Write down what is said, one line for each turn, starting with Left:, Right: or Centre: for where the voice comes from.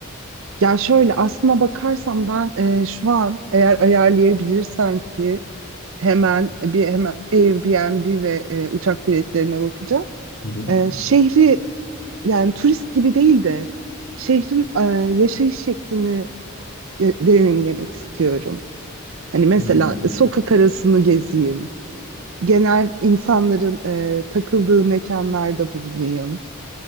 Right: Ya şöyle aslına bakarsam ben e, şu an eğer ayarlayabilirsem ki hemen bir hemen Airbnb ve e, uçak biletlerine bakacağım.
Left: Hı hı.
Right: E, şehri yani turist gibi değil de şehrin e, yaşayış şeklini e, deneyimlemek istiyorum. Hani mesela
Left: Hmm.
Right: sokak arasını gezeyim. Genel insanların e, takıldığı mekanlarda bulunayım.